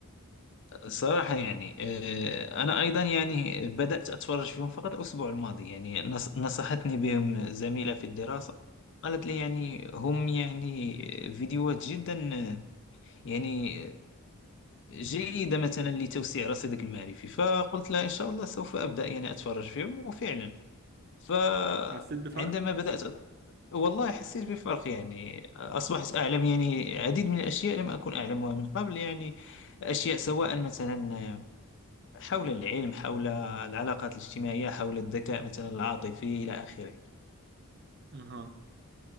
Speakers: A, on the left (about 55°); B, on the right (about 45°).
A: الصراحة يعني آه، أنا أيضا يعني بدأت أتفرج فيهم فقط الأسبوع الماضي يعني نص- نصحتني بهم زميلة في الدراسة قالت لي يعني هم يعني فيديوهات جدا آه، يعني جيدة مثلا لتوسيع رصيدك المعرفي فقلت لها إن شاء الله سوف أبدأ يعني أتفرج فيهم وفعلا فعندما
B: حسيت بفرق
A: بدأت أت- والله حسيت بفرق يعني أصبحت أعلم يعني العديد من الأشياء لم أكن أعلمها من قبل يعني أشياء سواء مثلا حول العلم حول العلاقات الاجتماعية حول الذكاء مثلا العاطفي إلى آخره
B: اها